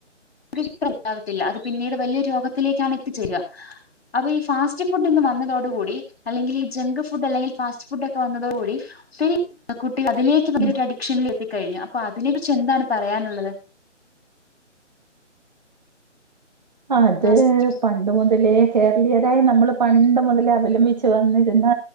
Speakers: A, on the left (about 55°); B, on the right (about 35°).
A: ന <inaudible> ഒണ്ടാവല്ല അത് പിന്നീട് വല്ല്യൊര് രോഗത്തിലേക്കാണ് എത്തിച്ചേരാ അത് ഈ ഫാസ്റ്റ് ഫുഡ് ഇന്ന് വന്നതോട് കൂടി അല്ലെങ്കി ഈ ജെങ്ക് ഫുഡ് അല്ലെങ്കി ഫാസ്റ്റ് ഫുഡ് ഒക്കെ വന്നോതോട് കൂടി <unintelligible> കുട്ടി അതിലേക്ക് വലിയഒര്
B: ഉം
A: അഡിക്ഷനിൽ എത്തി കഴിഞ്ഞ് അപ്പൊ അതിനെ കുറിച്ച് എന്താണ് പറയാനുള്ളത്
B: അത്
A: ഫാസ്റ്റ്
B: പണ്ട് മുതലേ കേരളീയരായ നമ്മള് പണ്ട് മൊതലേ അവലംമ്പിച്ച് വന്നിര്ന്ന